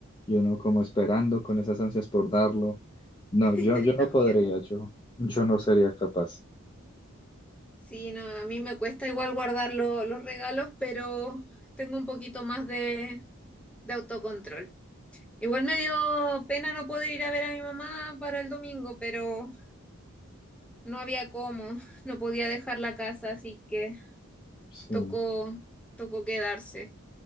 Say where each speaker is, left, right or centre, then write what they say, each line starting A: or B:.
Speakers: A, on the left; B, in the centre.
A: y uno como esperando con esas ansias por darlo. No,
B: <laughs>
A: yo, yo no
B: también.
A: podría, yo, yo no sería capaz.
B: Sí, no, a mí me cuesta igual guardar lo- los regalos, pero tengo un poquito más de, de autocontrol. Igual me dio pena no poder ir a ver a mi mamá para el domingo, pero no había cómo, <laughs> no podía dejar la casa, así que
A: Sí.
B: tocó, tocó quedarse.